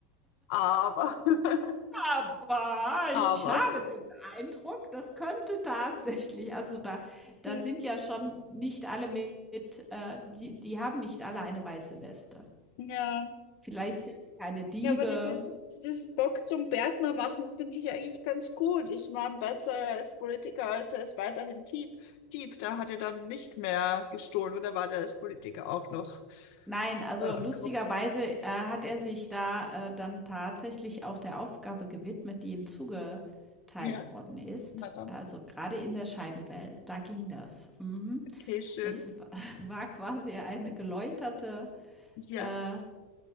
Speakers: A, on the left; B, in the centre.
A: Aber, <laughs>
B: Aber
A: aber.
B: ich habe den Eindruck, das könnte tatsächlich also da da
A: Mhm.
B: sind ja schon nicht alle mit äh, die die haben nicht alle eine weiße Weste.
A: Ja.
B: Vielleicht sind sie keine Diebe.
A: Ja, aber das ist, dieses Bock zum Gärtner machen finde ich eigentlich ganz gut. Ich meine, besser als Politiker als er ist weiterhin Dieb. Dieb, da hat er dann nicht mehr gestohlen oder war der als Politiker auch noch
B: Nein, also
A: äh,
B: lustigerweise,
A: grob?
B: äh, hat er sich da, äh, dann tatsächlich auch der Aufgabe gewidmet, die ihm zugeteilt
A: Ja,
B: worden ist.
A: na dann.
B: Also gerade in der Scheibenwelt, da ging das. Mhm.
A: Okay, schön.
B: Das <laughs> war quasi eine geläuterte,
A: Ja,
B: äh